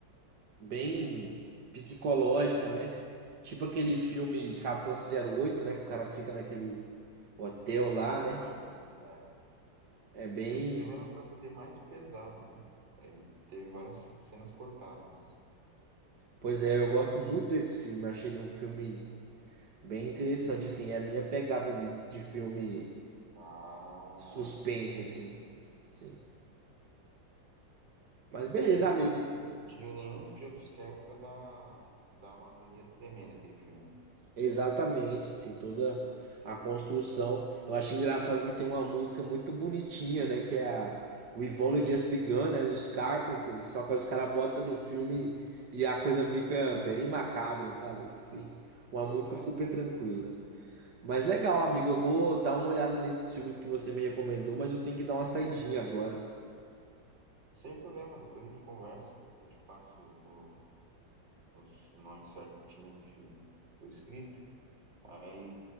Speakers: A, on the right (about 60°); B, on the right (about 80°).
A: bem psicológica, né? Tipo aquele filme 1408, né? Que o cara fica naquele hotel lá,
B: no
A: né?
B: parque, né? É.
A: É bem.
B: Esse filme era pra ser mais pesado, viu? Ele teve várias cenas cortadas.
A: Pois é, eu gosto muito desse filme. Achei ele um filme bem interessante, assim. É a minha pegada ali de filme
B: Ah,
A: suspense,
B: entendi.
A: assim. Sim. Mas beleza,
B: E não
A: amigo.
B: precisa de nenhum jumpscare pra dar, dar uma agonia tremenda aquele filme. né?
A: Exatamente, assim, toda a construção. Eu acho engraçado que tem uma música muito bonitinha, né? Que é a We've Only Just Begun, né? Dos Carpenters. Só que aí os caras botam no filme
B: Sim.
A: e a coisa fica bem macabra, sabe? Assim, uma
B: Pois
A: música
B: é.
A: super tranquila. Mas legal, amigo. Eu vou dar uma olhada nesses filmes que você me recomendou, mas eu tenho que dar uma saidinha agora.
B: Sem problema, depois a gente conversa. Eu te passo o, os nomes certinhos do filme por escrito. Aí,